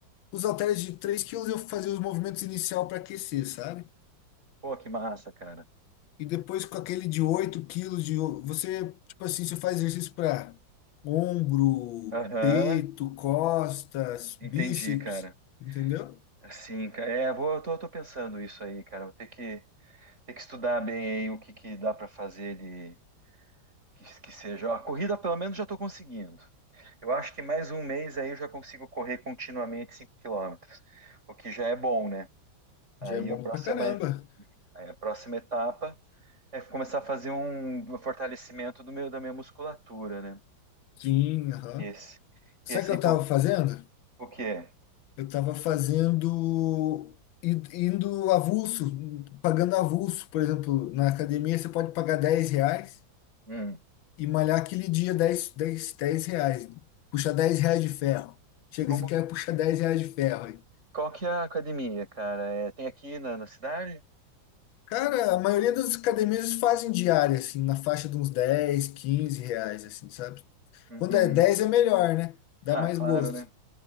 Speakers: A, on the left; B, on the right.
A: Os halteres de 3 quilos eu fazia os movimentos inicial para aquecer, sabe?
B: Pô, que massa, cara.
A: E depois com aquele de 8 quilos de. o- Você, tipo assim, você faz exercício para ombro,
B: Aham,
A: peito, costas,
B: entendi,
A: bíceps,
B: cara.
A: entendeu?
B: Assim, cara, é, vou, eu tô, tô pensando isso aí, cara. Vou ter que, ter que estudar bem aí o que que dá pra fazer de que, que seja. Ó, a corrida, pelo menos, já tô conseguindo. Eu acho que mais um mês aí eu já consigo correr continuamente cinco quilômetros o que já é bom, né? Aí
A: Já é bom
B: a próxima,
A: pra caramba.
B: aí a próxima etapa É começar a fazer um um fortalecimento do meu, da minha musculatura, né?
A: Sim, aham.
B: Esse.
A: Sabe
B: E esse
A: o que
B: é
A: eu
B: importante.
A: tava fazendo?
B: O quê?
A: Eu tava fazendo. i- Indo avulso, pagando avulso. Por exemplo, na academia você pode pagar 10 reais
B: Hum.
A: e malhar aquele dia dez dez dez reais. Puxar dez reais de ferro. Chega,
B: Como,
A: você quer puxar 10 reais de ferro.
B: qual que é a academia, cara? É, tem aqui na, na cidade?
A: Cara, a maioria das academias fazem diária, assim, na faixa de uns dez 15 reais, assim, sabe?
B: Uhum.
A: Quando é 10 é melhor, né? Dá
B: Ah,
A: mais
B: claro,
A: gosto.
B: né?